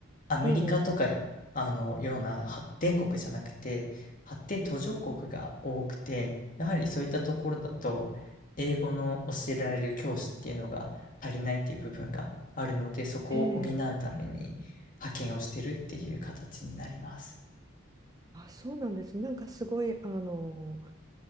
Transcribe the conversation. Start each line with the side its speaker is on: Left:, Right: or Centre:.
Left: アメリカとか、
Right: ええ、
Left: あの、ような発展国じゃなくて、発展途上国が多くて、やはりそういったところだと、英語の教えられる教師っていうのが足りないっていう部分があるので、そこを補うために派遣をしてるっていう形になります。
Right: ええ。あ、そうなんです。なんかすごい、あの